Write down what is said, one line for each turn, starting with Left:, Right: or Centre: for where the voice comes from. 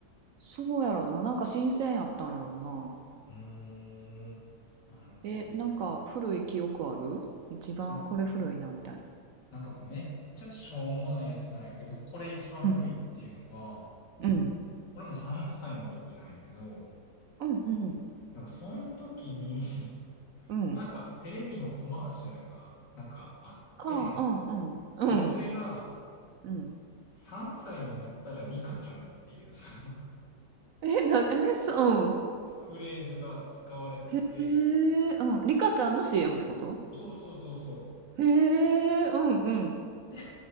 Right: そうやろうな。なんか新鮮やったんやろうな。
Left: うーん。なるほどね。
Right: え、なんか古い記憶ある一番これ古いなみたいな。
Left: な、なんかめっちゃしょうもないやつなんやけど、これ一番古いっていうのが、
Right: うん。うん。
Left: 俺も3歳の時なんやけど、
Right: うんうん。
Left: なんかその時に <laughs>
Right: うん。
Left: なんかテレビのコマーシャルが、なんかあって、
Right: ああ、うんうん。
Left: で、
Right: うん。
Left: それが、
Right: うん。
Left: 3歳になったらリカちゃんっていうその
Right: え、な、え、そう。
Left: <laughs> フレーズが使われてて、
Right: うん。へえ、うん。リカちゃんの CM ってこと
Left: そうそうそうそ
Right: へえ、うんうん。
Left: う。で、